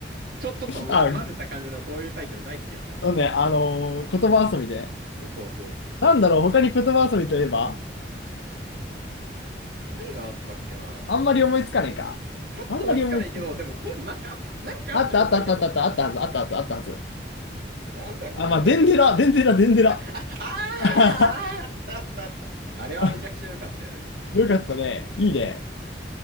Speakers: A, on the right; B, on the left.
A: ちょ、ちょっと、ま、
B: あ、
A: 混ぜた感じのこういうタイトル大好きなんだよな。
B: そうね、あのー言葉遊びで。
A: えそうそ
B: なんだろう、他に言葉遊びといえば
A: う。何があったっけな。
B: あんまり思いつかないか。
A: パッと思いつかないけど、
B: あんまり思いつかない。
A: でもこういうのなんかあ、なんかあったことだけ覚えてるんだよね。
B: あったあったあったあったあったあったはず、あったはず、あったはず。
A: なんだっけね。
B: あ、まあ、デンデラ、デンデラ、デンデラ。
A: ああーあー、
B: <laughs>
A: あったあったあった。あれはめちゃくちゃ良かったよね。
B: あよかったね。いいね。